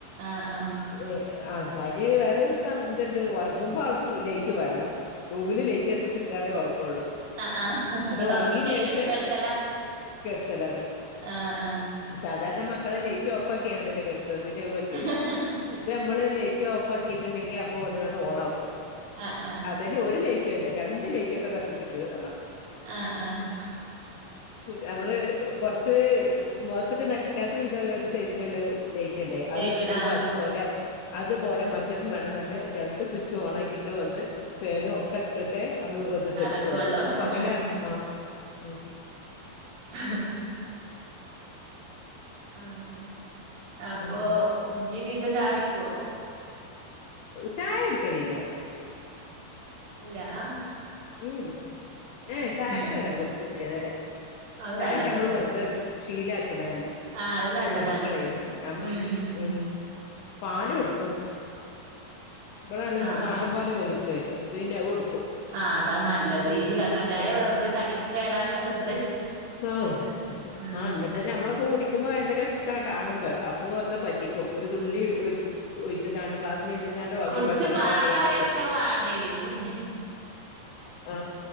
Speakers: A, on the right; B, on the left.
A: ആഹ് ആഹ്
B: <unintelligible> ആ അയിന് വേറെ സം ഇത്ണ്ട് ഒറങ്ങുമ്പോ ആൾക്ക് ലൈറ്റ് വേണം റൂമില് ലേറ്റ് കത്തിച്ചിട്ട് കാണ്ട് ഒറങ്ങൊള്ളൂ
A: അ ആ
B: എന്നിട്ട്
A: ഇങ്ങോട്ട്
B: ഉറങ്ങീന്
A: ഉറങ്ങി കഴിഞ്ഞിട്ട്
B: ശേഷേ
A: കെ ട്ത്തല
B: കെടുത്തലാണ്
A: അ ആ
B: സാധാരണ മക്കളെ ലൈറ്റ് ഓഫാക്കിക്കാണ്ടല്ലേ കെട്ത്ത ഇതിനത് പറ്റൂല
A: ആഹ്
B: ഇത് നമ്മള് ലൈറ്റ് ഓഫാക്കി ക്കിട്ട്ണ്ടെങ്കി അപ്പൊ വന്ന്കാണ്ട് ഓണാക്കും
A: ആഹ് ആഹ്
B: അതന്നെ ഒരു ലൈറ്റ്ല്ലേ രണ്ട് ലൈറ്റ് ഒക്കെ കത്തിച്ചിട്ട് ണം
A: ആഹ് ആഹ്
B: നമ്മള് കൊറ ച് മുഖത്ത്ക്ക്ണ്ടടിക്കാത്ത വിധള്ള ഒരു സൈഡിലുള്ള ലൈറ്റ് ണ്ടേ
A: ലേറ്റ്ടാ
B: അത് ഇട്ടുമ്പോ അത് പോരാ അതുപോലെ മറ്റതും വേണം ന്നർഞ് രണ്ട് സ്വിച്ചും ഓൺ ആക്കിട്ട് ഒന്ന് ഫാനും ഒക്കെ ഇട്ടിട്ട് ആള് വന്ന്
A: കടക്കൊള്ളൂ
B: കെടുക്കുള്ളൂ അപ്പൊ പകല
A: ഉം
B: ആ ഉ
A: <inaudible> അങ്ങനെ അപ്പൊ
B: ഉം
A: നീ നീച ചായടിക്കുവോ?
B: ചായ കൊടക്കലില്ല
A: ഇല്ല ആ
B: ഉം ഏ ചായകൊടുത്തിട്ടില്ല
A: ഉം
B: ഇതരെ.
A: അത്
B: ചായ
A: നല്ലതാ
B: ഒക്കെനമ്മള് വെറുത ശീല ക്ണല്ലെ തന്നെ
A: ആഹ് അത് നല്ലതാണ്
B: ചെറിയ മക്കളേ നമ്മ--ഉം.
A: ഉം ഉം
B: പാല് ടുക്കും ഇവിടെ നല്ല
A: ആഹ്
B: നാടൻ പാലൊക്കെ കിട്ടുവെ അപ്പൊ പിന്നെ അത് കൊടുക്കും.
A: ആ അതാ നല്ലത്
B: ഉം
A: ഈ കട്ടൻ ചായ
B: ഉം
A: വെറുതെ തടിക്കും കേടാണ് വെറു
B: ആ
A: ഉം
B: ആ എന്നിട്ട് ഞമ്മളൊക്കെ കുടിക്കുമ്പോ ഭയങ്കര കാണുമ്പോ അപ്പൊ വെറുതെ പറ്റിക്കുംഒരു തുള്ളി ഒഴിച്ച് കാണ്ട് ഗ്ലാസ്സിൽ വെച്ചകാണ്ട് ബാക്കി
A: കുടിച്ച്
B: പച്ചള്ളം
A: പാടായ
B: പാർന്ന്കാണ്ട് ക്കെ
A: പിന്നെ വാണ്ടേരും
B: ആ